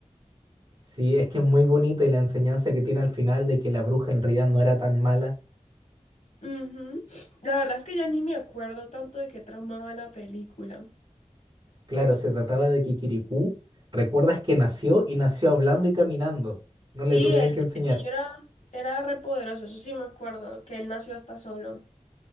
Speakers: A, on the right; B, on the left.
A: Sí, es que es muy bonita y la enseñanza que tiene al final de que la bruja en realidad no era tan mala.
B: Ujú. La verdad es que ya ni me acuerdo tanto de qué tramaba la película.
A: Claro, se trataba de Kikirikú. Recuerdas que nació y nació hablando y caminando. No
B: Sí,
A: le tuvieran
B: el,
A: que enseñar.
B: el niño era, era re poderoso, eso sí me acuerdo, que él nació hasta solo.